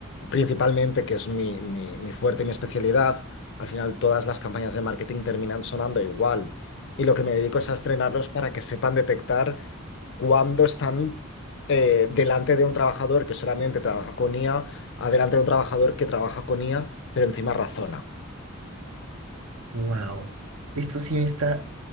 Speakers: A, on the left; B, on the right.
A: principalmente, que es mi, mi, mi fuerte y mi especialidad, al final todas las campañas de marketing terminan sonando igual. Y lo que me dedico es a estrenarlos para que sepan detectar cuando están eh, delante de un trabajador que solamente trabaja con IA, a a delante de un trabajador que trabaja con IA, pero encima razona.
B: Wow, esto sí me está